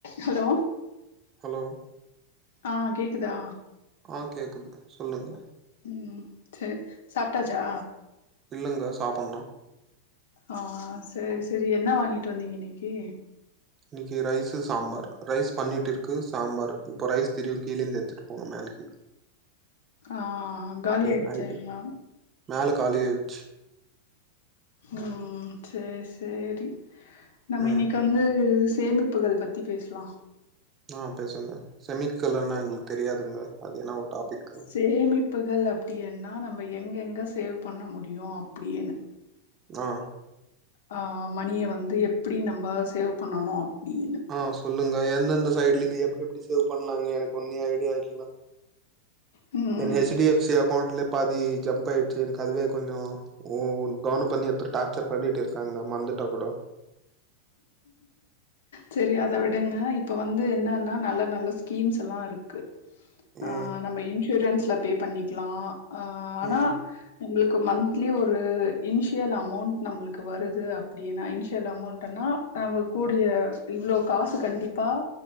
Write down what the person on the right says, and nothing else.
ஹலோ
ஆ கேக்குது சொல்லுங்க
இல்லங்க சாப்பிட்ணு
இன்னைக்கு ரைஸு சாம்பார் ரைஸ் பண்ணிட்டு இருக்கு சாம்பார் இப்போ ரைஸ் தெரியு கீழேந்து எத்துட்டு போனு மேலேக்கி
ஞாயித்துரு
மேல காலி ஆய்ட்ச்சி
ம்
ஆ பேசுங்க செமிக்கல்லனா எங்களுக் தெரியாதுங்க அது என்னாவோ டாபிக்கு
ஆ
ஆ சொல்லுங்க எந்தெந்த சைட்லந்து எப்டி எப்டி சேவ் பண்ணலாங்க எனக்கு ஒன்னே ஐடியா இல்ல
என் ஹெச் டி எஃப் சி அக்கௌண்ட்ல பாதி ஜம்ப் ஆயிச்சு எனக்கு அதுவே கொஞ்சோ ஓ கவன பண்ணி எப்ப டாச்சர் பண்ணிட் இருக்காங்க மர்ந்துட்டா கூடோ
ம்
ம்